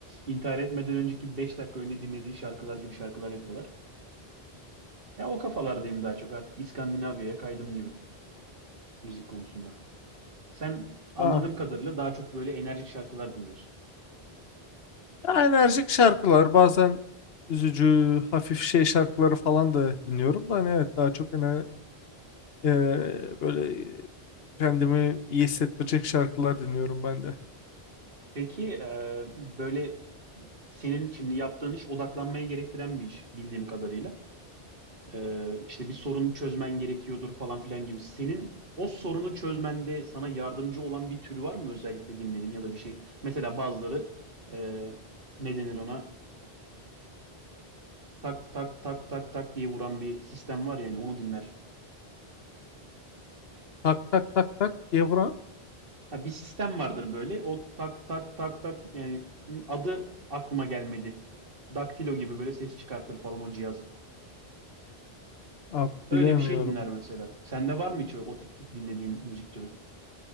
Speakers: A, on the right; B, on the left.
A: İntihar etmeden önceki 5 dakika önce dinlediğin şarkılar gibi şarkılar yapıyorlar. Ya o kafalardayım daha çok artık İskandinavya'ya kaydım gibi müzik konusunda. Sen anladığım
B: Aa.
A: kadarıyla daha çok böyle enerjik şarkılar dinliyorsun.
B: Ya enerjik şarkılar bazen üzücü hafif şey şarkıları falan da dinliyorum da hani evet daha çok ener e, böyle Kendimi iyi hissettirecek şarkılar dinliyorum ben de.
A: Peki e, böyle senin şimdi yaptığın iş odaklanmaya gerektiren bir iş bildiğim kadarıyla. Ee, işte bir sorun çözmen gerekiyordur falan filan gibi. Senin o sorunu çözmende sana yardımcı olan bir tür var mı özellikle dinlediğin ya da bir şey? Mesela bazıları e, ne denir ona? Tak tak tak tak tak diye vuran bir sistem var yani onu dinler.
B: Tak tak tak tak Evren.
A: Ha, bir sistem vardır böyle. O tak tak tak tak yani adı aklıma gelmedi. Daktilo gibi böyle ses çıkartır falan o cihaz.
B: Abi
A: Öyle
B: bilemiyorum.
A: bir şey dinler mesela. Sende var mı hiç o, o tip dinlediğin müzik türü?